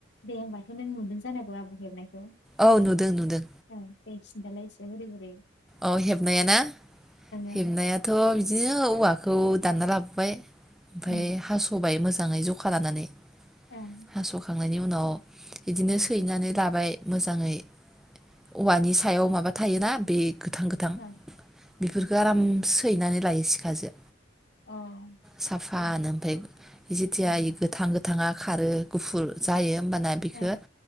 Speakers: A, on the left; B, in the centre.
A: दे होमबाथ नों नुदों जानांगौ आ आबौ हेबनाय खौ
B: औ नुदों नुदों
A: औ दे दालाय <unintelligible>
B: अ हेबनाया ना
A: ओं
B: हेबनायाथ बिदिनो औवा खौ दानना लाबोबाय ओमफ्राय
A: उम
B: हासबाय मो जाङै जखा लानानै
A: ओं
B: हासखांनायनि उनाव बिदिनो
A: ओं
B: सैनानै लाबाय मोजाङै औवानि सायाव मा बा थायोना बे गोथां गोथां
A: औ
B: बेफोरखौ आराम सैनानै लायो सिखाजो
A: अ
B: साफानो
A: उम
B: ओमफ्राय जेथिया
A: ओं
B: इ गोथां गोथाङा खारो गुफुर जायो होमबाना बेखौ
A: ओं